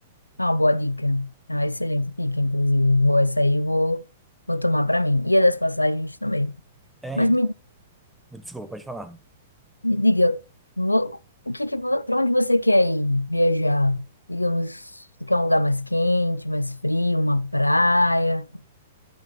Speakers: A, on the left; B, in the centre.
A: Ah, uma boa dica. Ah, excelente dica, inclusive. Vou essa aí, eu vou vou tomar para mim. E a das passagens também.
B: É
A: Mas me
B: Desculpa, pode falar.
A: Me diga, vo- o que que, para onde você quer ir viajar? Digamos, você quer um lugar mais quente, mais frio, uma praia?